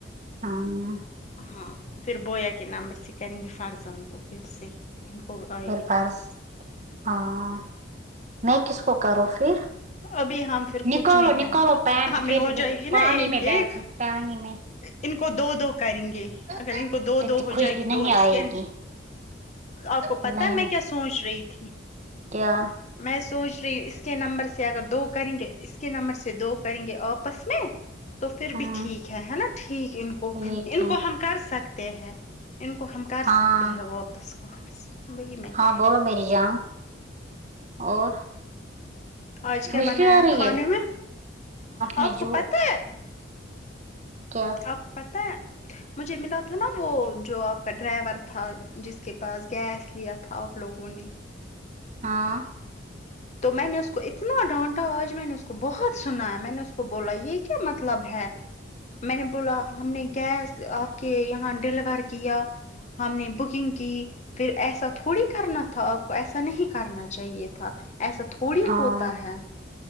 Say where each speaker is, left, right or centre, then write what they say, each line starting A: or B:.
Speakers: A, on the right (about 40°); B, on the left (about 40°).
A: ہاں
B: ہاں پھر بویا کے نمبر سے کریں گے فرزان کو پھر سے ان کو آئے
A: پھر
B: گی
A: فرض ہاں میں کس کو کروں پھر
B: ابھی ہم پھر
A: نکالو
B: کچھ نہیں کریں
A: نکالو
B: گے
A: پینٹ
B: ہمیں
A: پھر
B: ہو جائے گی
A: پانی
B: نا ایک
A: میں بیٹھو
B: ایک
A: پانی میں
B: ان کو دو دو کریں گے
A: اتنی
B: اگر ان کو دو دو ہو
A: خوشبو
B: جائے گی
A: نہیں
B: دو
A: آئے
B: اس کے
A: گی
B: آپ کو
A: نہیں
B: پتا ہے میں کیا س سونچ رہی تھی
A: کیا
B: میں سوچ رہی اس کے نمبر سے سے اگر دو کریں گے اس کے نمبر سے دو کریں گے آپس میں تو پھر
A: ہاں
B: بھی ٹھیک ہے ہے ناں ٹھیک ان کو
A: ٹھیک
B: ان
A: ہے
B: کو ہم کر سکتے ہیں ان کو ہم کر
A: ہاں
B: سکتے ہیں واپس کال وہی میں
A: ہاں
B: کہہ
A: بولو
B: رہی
A: میری جان اور
B: آج کیا
A: خوشبو
B: بنایا
A: آ رہی
B: کھانے
A: ہے
B: میں
A: نے
B: آپ کو
A: جو
B: پتہ ہے
A: کیا
B: آپ کو پتہ ہے مجھے ملا تھا نا وہ جو آپ کا ڈرائیور تھا جس کے پاس گیس لیا تھا آپ لوگوں نے
A: ہاں
B: تو میں نے اس کو اتنا ڈانٹا آج میں نے اس کو بہت سنایا میں نے اس کو کو بولا یہ کیا مطلب ہے میں نے بولا ہم نے گیس آپ کے یہاں ڈیلیور کیا ہم نے بکنگ کی پھر ایسا تھوڑی کرنا تھا آپ کو ایسا نہیں کرنا چاہیے تھا ایسا تھوڑی
A: ہاں
B: ہوتا ہے